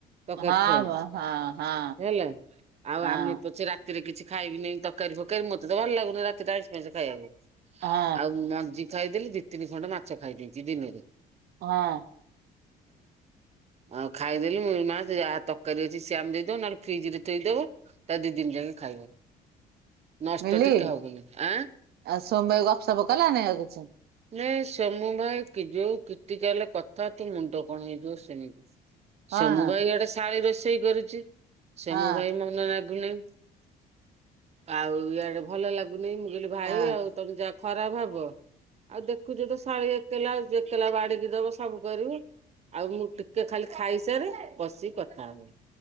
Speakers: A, on the right; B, on the right.
A: ତ
B: ହଁ
A: କରିଥାଉ
B: ବା ହଁ ହଁ।
A: ହେଲା ଆଉ
B: ହଁ
A: ଆମେ ପଛେ ରାତ। ରାତିରେ କିଛି ଖାଇବି ନାଇଁ ତରକାରୀ ଫକାରୀ ମତେ ତ ଭଲ ଲାଗୁନି ରାତିରେ ଆଇଁଷ ଫାଇଂଶ ଖାଇବାକୁ।
B: ହଁ
A: ଆଉ ମଞ୍ଜି ଖାଇଦେଲି ଦି ତିନି ଖଣ୍ଡ ମାଛ ଖାଇଦେଇଛି ଦିନିରେ।
B: ହଁ
A: ଆଉ ଖାଇଦେଲି ମୁଁ କହିଲି ମା ଯାହା ତରକାରୀ ଅଛି ସେ ଆମେ ଦେଇଦବ ନହେଲେ ଫ୍ରିଜରେ ଥୋଇଦବ। ତା ଦି ଦିନ ଯାଇକି ଖାଇବ। ନଷ୍ଟ
B: ମିଲି
A: ଟିକେ ହବନି ଆଁ।
B: ଆଉ ସୋମବାଇ ଗପସପ କଲାନି ଆଉ କିଛି।
A: ନାଇଁ ସୋମୁ ଭାଇ କି ଯୋଉ କିଟିକାଲ କଥା ତୋ ମୁଣ୍ଡ କଣ ହେଇଯିବ ଶୁଣିକି।
B: କଣ
A: ସୋମୁ ଭାଇ ଇଆଡେ ଶାଳୀ ରୋଷେଇ କରୁଛି। ସୋମୁ
B: ହଁ
A: ଭାଇ ମନ ଲାଗୁନି। ଆଉ ଇଆଡେ ଭଲ ଲାଗୁନି ମୁଁ କହିଲି ଭାଇ
B: ହଁ
A: ଆଉ ତମେ ଯାହା ଖରାପ ଭାବ। ଆଉ ଦେଖୁଛୁ ତ ଶାଳୀ ଏକଲା ଏକେଲା ବାଡିକି ଦବ ସବୁ କରିବୁ। ଆଉ ମୁଁ ଟିକେ ଖାଲି ଖାଇସାରେ ବସିକି କଥା ହେବି।